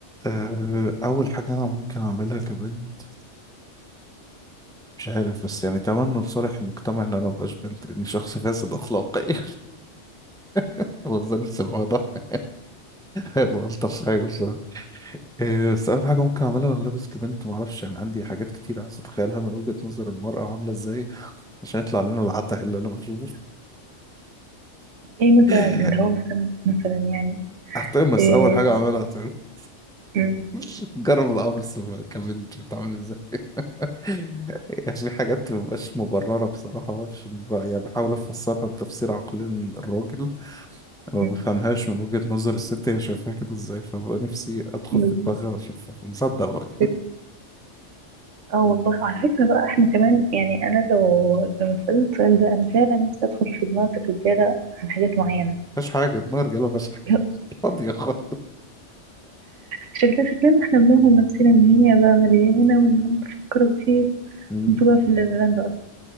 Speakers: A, in the centre; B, on the right (about 80°).
A: آه، اول حاجه انا ممكن اعملها كبنت مش عارف بس يعني تمنوا لصالح المجتمع ان انا مبقاش بنت لاني شخص فاسد اخلاقيا <laughs> وظن الموضوع ده هيبقى الطف حاجه بصراحه إيه، بس اول حاجه ممكن اعملها وانا لابس كبنت ما اعرفش يعني عندي حاجات كتير عايز اتخيلها من وجهه نظر المراه عامله ازاي عشان يطلع لنا العته اللي انا بشوفه
B: ايه مثلا
A: <laughs>
B: اللي هو مثلا مثلا يعني
A: هتقمص
B: ايه
A: اول حاجه اعملها هتقمص
B: م-
A: <laughs> جرب القمص كبنت بتعمل ازاي <laughs> يعني في حاجات مبقاش مبرره بصراحه ما اعرفش ب- يعني بحاول افسرها بتفسير عقلين الراجل
B: م.
A: ما بفهمهاش من وجهة نظر الست هي شايفاها كده ازاي فبقى نفسي ادخل
B: بالظبط
A: في دماغها اشوفها مصدق بقى
B: كده. اه والله على فكرة بقى احنا كمان يعني انا لو لما اتسألت السؤال ده انا فعلا نفسي ادخل في دماغ الرجالة عن حاجات معينة
A: مفيهاش حاجة دماغ رجالة مفيهاش حاجة
B: لا،
A: <laughs> فاضية خالص
B: شكلها شكلنا احنا بنوهم نفسنا ان هي بقى مليانة وان هم بيفكروا كتير
A: مم.
B: انتوا بقى في الليلاند اصلا